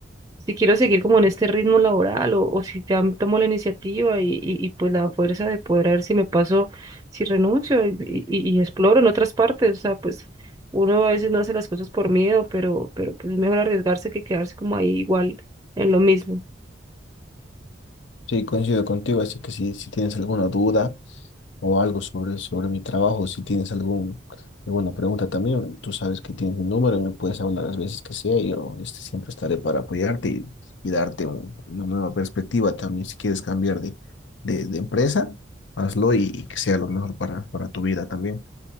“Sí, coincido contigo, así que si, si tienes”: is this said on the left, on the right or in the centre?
Left